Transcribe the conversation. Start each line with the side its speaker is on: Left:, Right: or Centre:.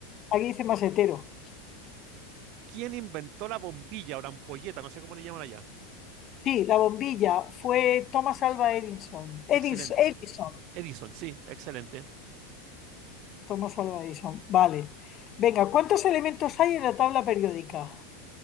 Left: aquí dice masetero.
Right: ¿Quién inventó la bombilla o la ampolleta? No sé cómo le llaman allá.
Left: Sí, la bombilla fue Thomas Alva Edison. Edison,
Right: Excelente.
Left: Edison.
Right: Edison, sí, excelente.
Left: Thomas Alva Edison. Vale. Venga, ¿cuántos elementos hay en la tabla periódica?